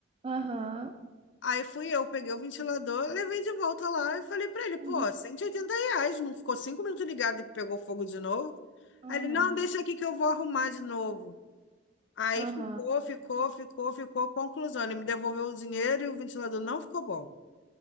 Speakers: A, on the right; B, on the left.
A: Aham,
B: Aí fui eu, peguei o ventilador, levei de volta lá e falei pra ele, pô,
A: uhum,
B: 180 reais, não ficou cinco minutos ligado e pegou fogo de novo?
A: aham,
B: Aí ele, não, deixa aqui que eu vou arrumar de novo. Aí
A: aham.
B: ficou, ficou, ficou, ficou. Conclusão, ele me devolveu o dinheiro e o ventilador não ficou bom.